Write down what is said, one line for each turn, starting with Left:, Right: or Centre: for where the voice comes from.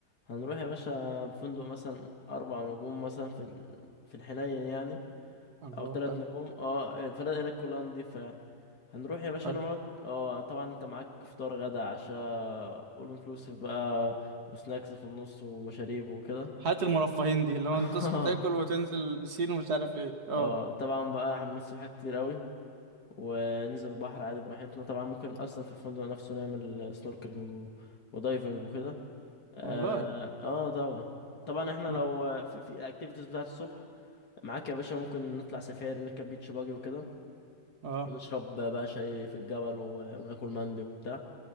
Left: هنروح يا باشا فندق مثلا اربع نجوم مثلا في ال... في الحنين يعني
Right: الله
Left: او ثلاث
Right: حلو
Left: نجوم اه الفنادق هناك كلها نضيفة يعني هنروح يا باشا
Right: حلو
Left: نقعد اه طبعا انت معاك فطار غدا عشاء اول انكلوسيف بقى وسناكس في النص ومشاريب وكده
Right: حياة المرفهين دي اللي هو
Left: <laughs>
Right: انت تصحى تاكل وتنزل البسين ومش عارف ايه اه
Left: اه طبعا بقى حمام سباحة كتير قوي وننزل البحر عادي براحتنا طبعا ممكن اصلا في الفندق نفسه نعمل سنوركلينج و- ودايفنج وكده اه
Right: والله
Left: آه، طبعا طبعا احنا
Right: اه,
Left: لو في في اكتيفيتيز بتاعت الصبح معاك يا باشا ممكن نطلع سفاري نركب بيتش باجي وكده
Right: آه.
Left: نشرب بقى شاي في الجبل و- وناكل مندي وبتاع